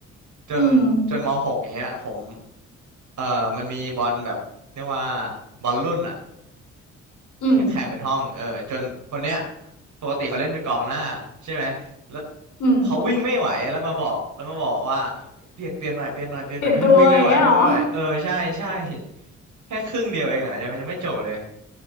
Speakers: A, on the right (about 50°); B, on the left (about 50°).
A: จนจนมหกเนี้ยผม
B: อืม
A: เออมันมีบอลแบบเรียกว่าบอลรุ่นอ่ะ
B: อืม
A: แข่งแข่งเป็นห้องเออจนคนเนี้ยปกติเขาเล่นเป็นกองหน้าใช่ไหมแล้ว
B: อืม
A: เขาวิ่งไม่ไหวแล้วมาบอกแล้วมาบอกว่าเปลี่ยนเปลี่ยนหน่อยเปลี่ยนหน่อยเปลี่ยนหน่อย
B: เปลี่ยนตัวอย่างเงี้ยเหรอ
A: <laughs> ไม่ <laughs> วิ่งไม่ไหววิ่งไม่ไหวเออใช่ใช่ <laughs> แค่ครึ่งเดียวเองอ่ะยังยังไม่จบเลย